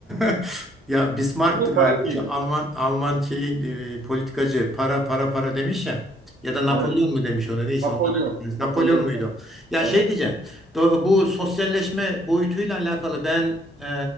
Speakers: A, in the centre; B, on the right.
A: <laughs> ya Bismarck'tı
B: konu
A: galiba
B: paraya geliyor.
A: şu Alman Alman şeyin e, politikacı para para para demiş ya ya da Napolyon
B: Evet.
A: mu demiş ona neyse
B: Napolyon.
A: onlardan bir tanesi. Napolyon
B: Napolyon.
A: muydu?
B: abi.
A: o? Ya
B: Evet.
A: şey diyeceğim do- bu sosyalleşme boyutuyla alakalı ben e,